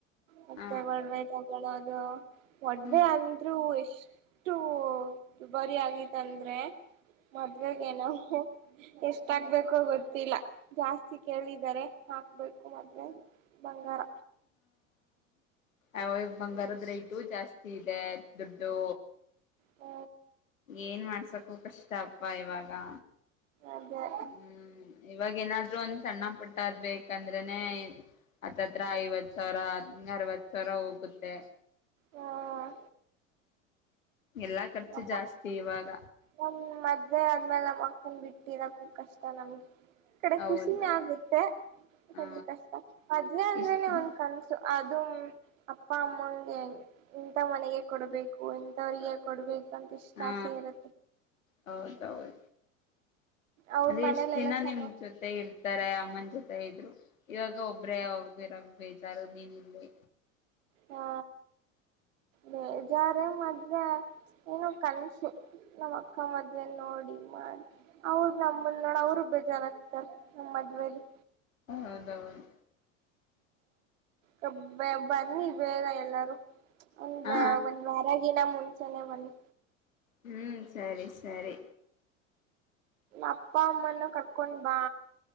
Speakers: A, on the right; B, on the left.
A: ಮತ್ತೆ
B: ಹ
A: ಒಡವೆ ತಗಳೋದು ಒಡ್ವೆ
B: ಹ್ಮ
A: ಅಂದ್ರರೂ ಎಷ್ಟು ಬರಿ ಆಗಿತಂದ್ರೆ ಮದ್ವೆಗೆನೊ ಎಷ್ಟ್ ಹಾಕ್ಬೇಕೋ ಗೊತ್ತಿಲ್ಲ ಜಾಸ್ತಿ ಕೇಳಿದ್ದಾರೆ ಹಾಕ್ಬೇಕು ಮದ್ವೆ ಬಂಗಾರ
B: ಹ ಬಂಗಾರದ ರೇಟು ಜಾಸ್ತಿ ಇದೆ ದುಡ್ಡು
A: ಹ
B: ಏನ್ ಮಾಡ್ಸಕು ಕಷ್ಟ ಪಾಯವಾಗಾ
A: ಅದೇ
B: ಹ್ಮ್ ಇವಾಗೇಏನಾದ್ೂಂದು ಸಣ್ಣ ಪುಟ್ಟ ಅದ್ ಬೇಕಂದ್ರೆನೇ ಹತ್ತತ್ರ ಐವತ್ ಸಾವಿರ ಅರವತ್ ತರ ಹೋಗುತ್ತೆ
A: ಹ್ಮ್
B: ಎಲ್ಲಾ ಖರ್ಚು
A: ನಮ್ಮ
B: ಜಾಸ್ತಿ ಇವಾಗ
A: ನಮ್ ಮದ್ವೆ ಆದ್ಮೇಲೆ ನಮ್ಮಕ್ಕನ್ ಬಿಟ್ಟಿರಕ್ಕೂ ಕಷ್ಟ ನಮ್ಗೆ ಕಡೆ
B: ಹೌದೌದು
A: ಖುಷಿನ ಆಗುತ್ತೆ
B: ಹ
A: ಒಂದ್ ಕಷ್ಟ ಮದ್ವೆ ಅಂದ್ರೇನೆ
B: ಇಷ್ಟ ದಿನ
A: ಒಂದ್ ಕನ್ಸು ಅದು ಅಪ್ಪ ಅಮ್ಮಗೆ ಇಂಥ ಮನೆಗೆ ಕೊಡಬೇಕು ಇಂಥವ್ರಿಗೇ ಕೊಡ್ಬೇಕ್ ನಮ್ಗೆಷ್ಟ್
B: ಹಾ
A: ಆಾಸೇ ಇರು
B: ಹೌದೌದು
A: ಅವ್ರ
B: ಅದ್ರ
A: ಮನೇಲೆಲ್ಲಾ
B: ಇಷ್ಟ ದಿನ
A: ಚೆನ್ನಾಗ್
B: ನಿಮ್ ಜೊತೆ ಇರ್ತಾರೆ ಅಮ್ಮನ ಜೊ <inaudible> ಇವಾಗ ಒಬ್ಬ್ರೇ ಒಬ್ರ್ ಇರಕ್ಕ್ ಬೇಜಾರು. ನೀನಿಲ್ಲೆ
A: ಹಾ ಬೇಜಾರೆ ಮದ್ವೆ ಏನೋ ಕನ್ಸು, ನಮ್ಮ್ ಅಕ್ಕ ಮದ್ವೆ ನೋಡಿ ಮಾಡಿ ಅವರು ನಮ್ಮನ್ನ ನೋಡ ಅವರು ಬೇಜಾರಾಗಗ್ತಾರ ನಮ್ಮ್ ಮದ್ವೆೇಲೀ
B: ಹೌದೌದು
A: ಹ್ಮ್ ಬನ್ನಿ ಬೇಗ ಎಲ್ಲಾರು ಒಂದ
B: ಹಾ
A: ಒಂದ್ ವಾರಗಿನ ಮುಂ ಜನವನಿ
B: ಹ್ಮ್ ಸರಿ ಸರಿ
A: ಅಪ್ಪ ಅಮ್ಮನ ಕರ್ಕೊಂಡ್ ಬಾ